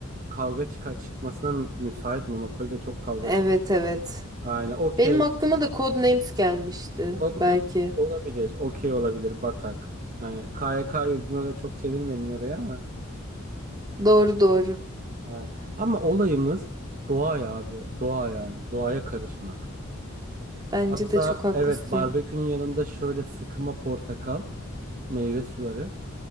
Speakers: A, on the right (about 40°); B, on the right (about 20°).
A: kavga çıkar çıkmasına mü- müsait. Monopoly'de çok kavga
B: Evet
A: çıkar.
B: evet.
A: Aynen okey.
B: Benim aklıma da Codenames gelmişti
A: Codenames
B: belki.
A: olabilir. Okey olabilir. Batak. Hani KYK yurduna da çok çevirmeyelim oraya ama.
B: Doğru doğru.
A: Ha. Ama olayımız doğa ya abi. Doğa yani. Doğaya karışmak.
B: Bence
A: Hatta
B: de çok haklısın.
A: evet barbekünün yanında şöyle sıkıma portakal, meyve suları